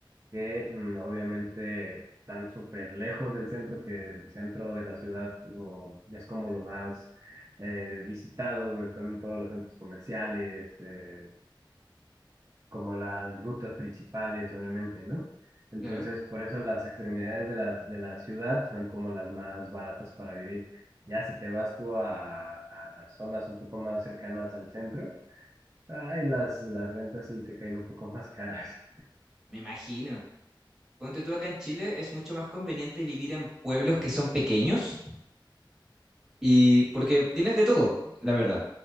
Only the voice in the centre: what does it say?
Claro.
Me imagino. Ponte tú acá en Chile, es mucho más conveniente vivir en pueblos que son pequeños Y porque tienes de todo, la verdad.